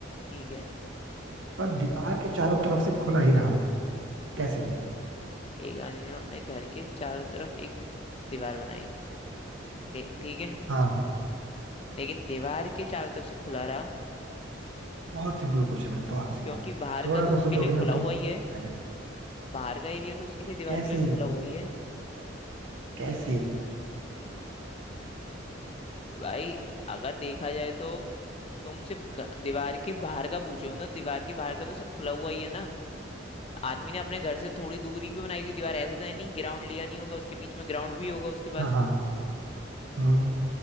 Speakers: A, on the left (about 30°); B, on the right (about 85°).
A: ठीक है
B: पर दीवार के चारों तरफ से खुला ही रहा कैसे
A: एक आदमी ने अपने घर के चारों तरफ एक दि- दीवार बनाई ले- ठीक है
B: हाँ
A: लेकिन दीवार के चारों तरफ से खुला रहा
B: बहुत सिंपल क्वेश्चन है बहुत सिंपल
A: क्योंकि बाहर
B: थोड़ा
A: का तो
B: सा
A: उसके
B: सोचोगे
A: लिए
B: ना
A: खुला
B: तो निकल
A: हुआ ही है
B: जाएगा
A: बाहर का एरिया तो उसके लिए दीवार
B: कैसे
A: के लिए तो खुला हुआ ही है
B: कैसे
A: भाई अगर देखा जाए तो तुम सिर्फ ग- दीवार के बाहर का पूछ रहे हो ना दीवार के बाहर का तो सब खुला हुआ ही है ना आदमी ने अपने घर से थोड़ी दूरी पे बनाई हुई दीवार है, ऐसा तो है नहीं ग्राउंड लिया नहीं होगा उसके बीच में ग्राउंड भी होगा उसके पास
B: हाँ हाँ हम्म